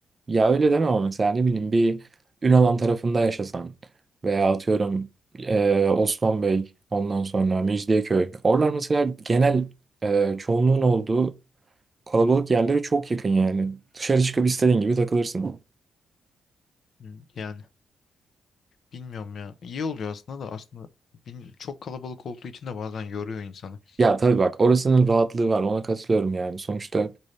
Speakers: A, on the right (about 30°); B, on the left (about 60°).
A: ya öyle deme ama mesela ne bileyim bir Ünalan tarafında yaşasan veya atıyorum e, Osman Bey ondan sonra Mecidiyeköy. Oralar mesela genel e, çoğunluğun olduğu Kalabalık yerlere çok yakın yani. Dışarı çıkıp istediğin gibi takılırsın.
B: Hı, Yani Bilmiyorum ya. İyi oluyor aslında da aslında bilmi- çok kalabalık olduğu için de bazen yoruyor insanı.
A: Ya tabii bak orasının rahatlığı var ona katılıyorum yani. Sonuçta